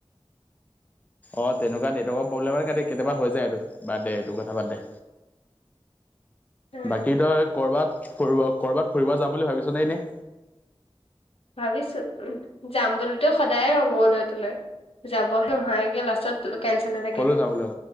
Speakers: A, on the left (about 15°); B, on the left (about 75°).
A: অ', তেনেকুৱা নেটৱৰ্কৰ প্ৰব্লেম হয় কাৰনে কেতিয়াবা হৈ যায় এইটো বাদ দে এইটো কথা বাদে
B: কৰিছ
A: বাকী তই কৰবাত ফুৰিব কৰবাত ফুৰিব যাম বুলি ভাবিছ নে এনেই।
B: ভাবিছো উম যাম বুলিতো সদায় ভাবো অলৈ তলৈ যাবহে নহয় গে লাষ্টত কেঞ্চেল হৈ থাকেগে।
A: ক'লৈ যাম বুলি ভাবিছ?